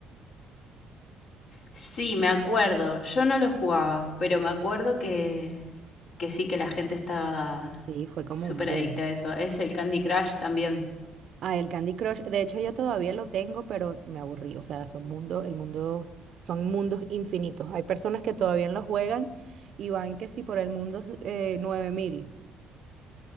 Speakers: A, on the left (about 55°); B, on the right (about 50°).
A: Sí, me acuerdo. Yo no lo jugaba, pero me acuerdo que, que sí que la gente estaba
B: Sí, fue como
A: súper
B: un boom.
A: adicta a eso. Es el Candy Crush también.
B: Ah, el Candy Crush, de hecho yo todavía lo tengo, pero me aburrí, o sea, son mundo, el mundo, son mundos infinitos. Hay personas que todavía lo juegan y van que si por el mundo eh, nueve mil